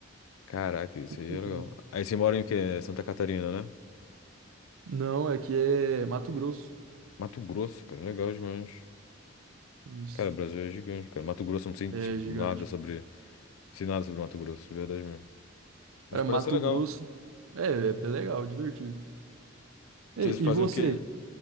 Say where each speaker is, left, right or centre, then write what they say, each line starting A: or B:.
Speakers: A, on the left (about 85°); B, on the right (about 85°).
A: Caraca, isso
B: Bem Tranquilo.
A: aí é legal. Aí você mora em quê? Santa Catarina, né?
B: Não, é que é Mato Grosso.
A: Mato Grosso, cara, legal demais.
B: Isso.
A: Cara, o Brasil é gigante, cara. Mato Grosso eu não sei,
B: É
A: tipo,
B: gigante.
A: nada sobre. Sei nada sobre Mato Grosso, de verdade mesmo. Mas
B: Cara,
A: parece
B: Mato
A: ser legal.
B: Grosso é, é bem legal, divertido. E,
A: Vocês fazem
B: e você,
A: o quê? aí?